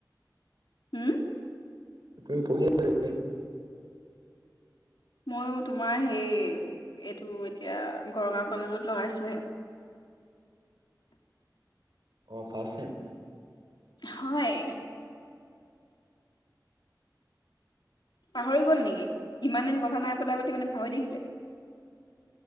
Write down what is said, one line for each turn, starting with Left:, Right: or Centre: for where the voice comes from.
Left: হম।
Right: তুমি পঢ়ি আছা নেকি?
Left: ময়ো তোমাৰ হেই এইটো এতিয়া গৰঙা কলেজত লগাইছোহে।
Right: অ, ফাচ চেম।
Left: হয়। পাহৰি গল নেকি ইমান দিন কথা নাই পতা পাতি মানে পাহৰি থাকিলে।